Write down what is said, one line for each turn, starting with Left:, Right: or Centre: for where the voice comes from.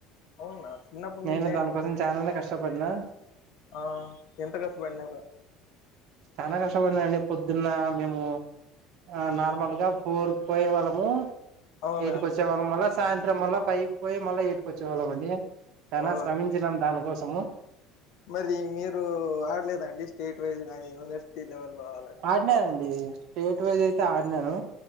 Left: అవునా చిన్నప్పటి
Right: నేను
Left: నుంచి అం
Right: దానికోసం చాలానే కష్టపడ్న
Left: ఆ ఎంత కష్టపడినవ్రా
Right: చానా కష బడ్డానండి పొద్దున్నా మేమూ ఆ నార్మల్గా ఫోరుకు పోయే వాళ్ళము
Left: అవునా
Right: ఎయిట్కి వచ్చే వాళ్ళం మళ్ళ సాయంత్రం మళ్ళ ఫైవ్ పోయి మళ్ళ ఎయిట్కి ఒచ్చేవాళ్ళం అండి చానా
Left: ఓ
Right: శ్రమించినాం దానికోసం
Left: మరి మీరూ ఆడలేదండి స్టేట్ వైజ్ గానీ పెస్టీ లెవెలో ఆల
Right: ఆడినానండి స్టేట్ వైజ్ ఐతే ఆడినాను